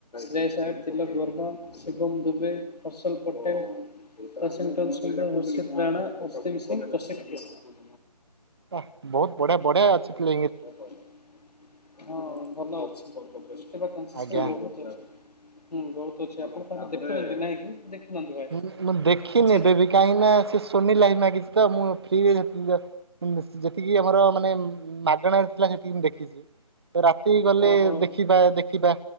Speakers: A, on the left; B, on the right.
A: ଜୟ ସାହ ତିଲକ ବର୍ମା ଶୁଭମ ଦୁବେ ହର୍ଷଲ ପଟେଲ। <unintelligible> ସୁନ୍ଦର ହର୍ଷିତ ରାଣା ଅସ୍ତିନ ସିଂ ପ୍ରସିଧ କେଶବ।
B: ୱା ବହୁତ ବଢିଆ ବଢିଆ ଅଛି ପ୍ଲେ
A: ହଁ ଭଲ ଅଛି। ବହୁତ୍ ଅଛି ହୁଁ ବହୁତ
B: ଆଜ୍ଞା।
A: ଅଛି ଆପଣ ତାହେଲେ ଦେଖନ୍ତି ନାହିଁ କି। ଦେଖୁନାହାନ୍ତି ଭାଇ
B: ହୁଁ ମୁଁ ଦେଖି
A: କିଛି
B: ନେବେ ବି କାହିଁକି ନା ସେ ସୋନି ଲାଇଭ ମାଗିଛି ତ ମୁଁ ଫ୍ରିରେ ଜା ଜା। ଯେତିକି ଆମର ମାନେ ମାଗଣାରେ ଥିଲା ସେତିକି ମୁଁ ଦେଖିଛି। ତ ରାତି ଗଲେ
A: ଓହୋ।
B: ଦେଖିବା ଦେଖିବା।